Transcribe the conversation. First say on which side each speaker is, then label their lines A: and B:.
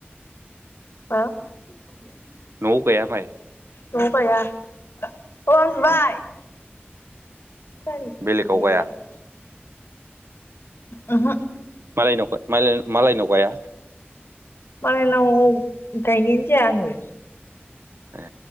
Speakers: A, on the left (about 70°); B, on the right (about 85°).
A: <unintelligible>
B: न'आव गाया माइ?
A: न'आव गाया। <unintelligible>
B: ओ
A: <unintelligible>
B: बेलेगाव गाया
A: ओहो।
B: मालायनाव - मा-मालायनाव गाया?
A: मालायनाव गायनायानो जाया आङो।
B: ए